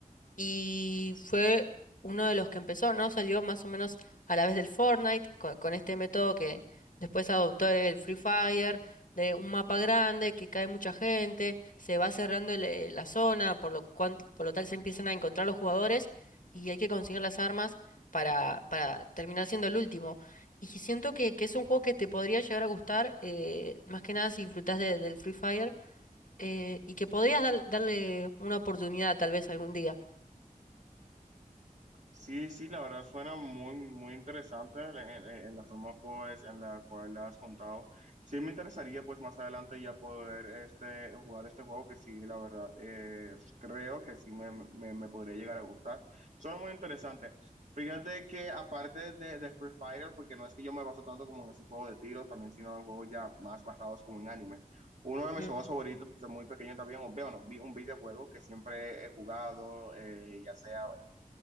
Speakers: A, on the left; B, on the right.
A: Y fue uno de los que empezó, ¿no? Salió más o menos a la vez del Fortnite, con, con este método que después adoptó el Free Fire, de un mapa grande, que cae mucha gente, se va cerrando el, eh, la zona, por lo cual, por lo tal se empiezan a encontrar los jugadores y hay que conseguir las armas para, para terminar siendo el último. Y si siento que, que es un juego que te podría llegar a gustar, eh, más que nada si disfrutás de- del Free Fire, eh, y que podrías dar- darle una oportunidad tal vez algún día.
B: Sí, sí, la verdad suena muy, muy interesante en, en- en la forma pues en la cual la has contado. Sí me interesaría pues más adelante ya poder este, jugar este juego que sí, la verdad eh, creo que sí me, me, me podría llegar a gustar. Suena muy interesante. Fíjate que aparte de, de Free Fighter, porque no es que yo me baso tanto como en esos juegos de tiros, también sino en juegos ya más basados como en anime. Uno de mis
A: Mm,
B: juegos favoritos desde muy pequeño también, o veo, no, vi un videojuego que siempre he jugado, eh, ya sea